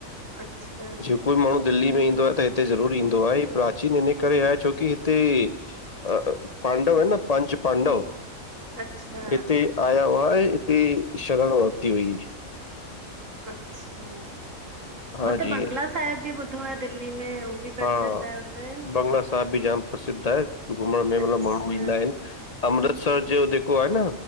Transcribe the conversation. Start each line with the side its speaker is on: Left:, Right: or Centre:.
Right: अच्छा
Left: जेको माण्हू। दिल्ली में ईंदो आ त हिते ज़रूर ईंदो आहे ह प्राचीन हिनै करे आ छोकी हिते। अ पांडव है न पंच पांडव।
Right: अच्छा।
Left: हिते आया हुआ, इते शरण वरती हुअईं।
Right: अच्छा,
Left: हा
Right: हू त
Left: जी
Right: बंगला साहिब बि ॿुधो आहे दिल्ली में हू त
Left: हा
Right: सरदार थियो।
Left: बंगला बि जाम प्रसिद्ध आहे। घुमण में मतलबु
Right: अच्छा
Left: माण्हू ईंदा आहिनि। <unintelligible> अमृतसर जो जेको आहे न,